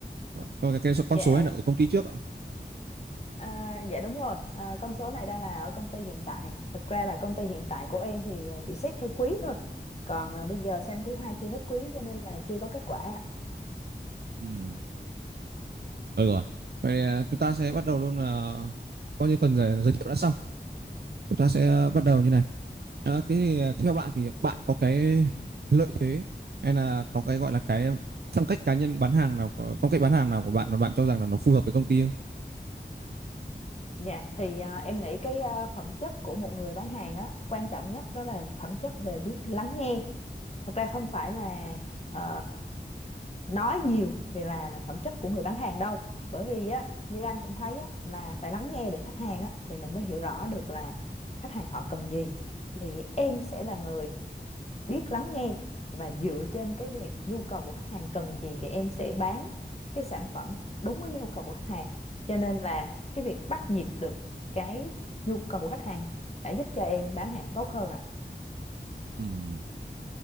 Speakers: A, on the right (about 65°); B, on the left (about 35°).
A: Bạn- Còn cái, cái số- con
B: dạ
A: số này là ở công ty trước à?
B: À, dạ đúng rồi, à, con số này đang là ở công ty hiện tại. Thực ra là công ty hiện tại của em thì à, chỉ xét theo quý thôi. Còn à, bây giờ sang quý 2 chưa hết quý cho nên là chưa có kết quả. ạ.
A: Ừ, được rồi. Vậy thì à, chúng ta sẽ bắt đầu luôn là coi như phần giới giới thiệu đã xong. chúng ta sẽ bắt đầu như này Ờ, thế thì à, theo bạn thì bạn có cái lợi thế hay là có cái gọi là cái phong cách cá nhân bán hàng nào phong cách bán hàng nào của bạn mà bạn cho rằng là nó phù hợp với công ty không?
B: Dạ, thì à, em nghĩ cái à, phẩm chất của một người bán hàng á, quan trọng nhất đó là phẩm chất về biết lắng nghe. thật ra không phải là ờ, nói nhiều thì là phẩm chất của người bán hàng đâu bởi vì á như anh cũng thấy á là phải lắng nghe được khách hàng á thì mình mới hiểu rõ được là khách hàng họ cần gì thì em sẽ là người biết lắng nghe và dựa trên cái việc nhu cầu của khách hàng cần gì thì em sẽ bán cái sản phẩm đúng với nhu cầu của khách hàng cho nên là cái việc bắt nhịp được cái nhu cầu của khách hàng đã giúp cho em bán hàng tốt hơn ạ
A: Ừm,